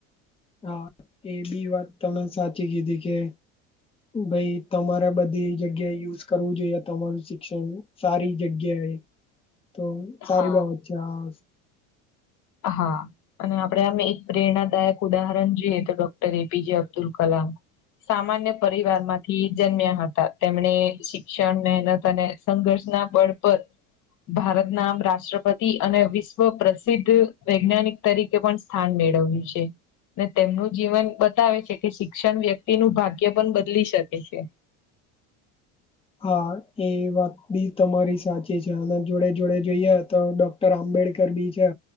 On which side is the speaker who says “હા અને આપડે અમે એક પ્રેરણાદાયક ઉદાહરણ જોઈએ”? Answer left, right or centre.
Left